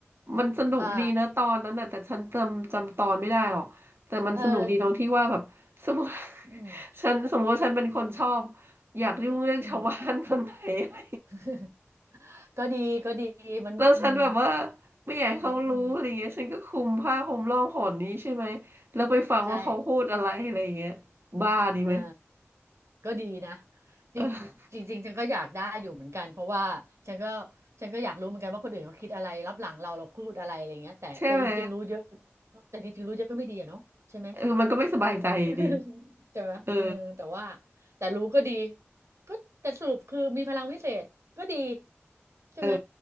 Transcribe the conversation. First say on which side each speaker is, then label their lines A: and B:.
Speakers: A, on the right (about 55°); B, on the right (about 85°).
A: มันสนุกดีนะตอนนั้นน่ะแต่ฉันจำจำตอนไม่ได้หรอกแต่มันสนุกดีตรงที่ว่าแบบสมมติ
B: อ่าเอออืม
A: <laughs> ฉันสมมติว่าฉันเป็นคนชอบอยากยุ่งเรื่องชาวบ้านคนไหนอะไร
B: อืม <laughs> ก็ดีก็ดีมันอืม
A: แล้วฉันแบบว่าไม่อยากให้เขารู้อะไรเงี้ยฉันก็คลุมผ้าห่มร่องหนนี้ใช่ไหม
B: อืม
A: แล้วไปฟังว่าเขาพูดอะไรอะไรเงี้ย
B: ใช่
A: บ้าดีไหม
B: เออ ก็ดีนะจ
A: เออ
B: ริงจริงๆฉันก็อยากได้อยู่เหมือนกันเพราะว่าฉันก็ฉันก็อยากรู้เหมือนกันว่าคนอื่นเขาคิดอะไรรับหลังเราเราพูดอะไรอะไรเงี้ยแต่แต่จริงๆรู้เยอะ
A: ใช่ไหม
B: แต่จริงๆรู้เยอะก็ไม่ดีอะเนาะใช่ไหม
A: เออมันก็ไม่สบายใจดี
B: <laughs> ใช่ไหมเออแต่ว่า
A: เออ
B: แต่รู้ก็ดีก็แต่สรุปคือมีพลังวิเศษก็ดีใช่ไหม
A: เออ